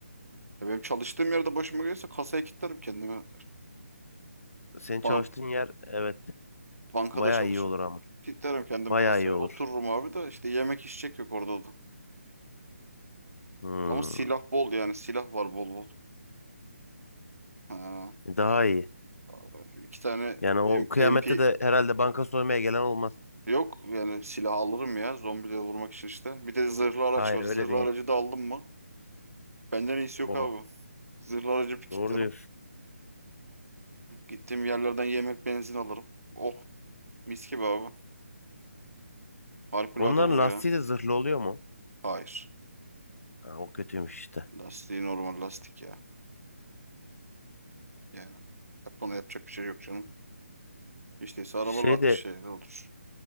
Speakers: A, on the right; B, on the left.
A: Ya Benim çalıştığım yerde başıma gelirse kasaya kilitlerim kendimi.
B: Senin çalıştığın
A: Bana
B: yer evet
A: Bankada
B: bayağı
A: çalışıyorum.
B: iyi olur ama.
A: Kilitlerim kendimi
B: Bayağı
A: kasaya.
B: iyi olur.
A: Otururum abi de işte yemek içecek yok orada da.
B: Hmm,
A: Ama silah bol yani. Silah var bol bol. Ha,
B: daha
A: yani
B: iyi.
A: abi, iki tane
B: Yani o
A: M-
B: kıyamette
A: MP
B: de herhalde banka soymaya gelen olmaz.
A: yok. Yani silah alırım ya zombileri vurmak için işte. Bir de zırhlı araç
B: Hayır
A: var.
B: öyle
A: Zırhlı aracı
B: değil.
A: da aldım mı? Benden iyisi yok
B: Oh,
A: abi. Zırhlı aracı bir kilitlerim.
B: doğru diyorsun.
A: Gittiğim yerlerden yemek benzin alırım. Oh mis gibi abi. Harikulade
B: Onların
A: olur
B: lastiği
A: ya.
B: de zırhlı oluyor mu?
A: Hayır.
B: Ha, o kötüymüş işte.
A: Lastiği normal lastik ya. Yani yap- ona yapacak bir şey yok canım. İşte ise arabalı
B: Şey de
A: şeyler olur.